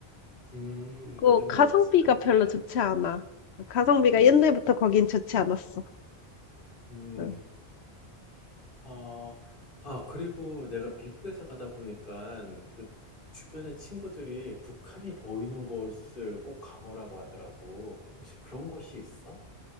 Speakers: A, on the left (about 55°); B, on the left (about 80°).
A: 음,
B: 그
A: 요즘
B: 가성비가
A: 너무 비싸졌지.
B: 별로 좋지 않아. 가성비가
A: 음,
B: 옛날부터 거긴 좋지 않았어.
A: 음,
B: 응.
A: 어, 아, 그리고 내가 미국에서 가다 보니까 그 주변에 친구들이 북한이 보이는 곳을 꼭 가보라고 하더라고. 혹시 그런 곳이 있어?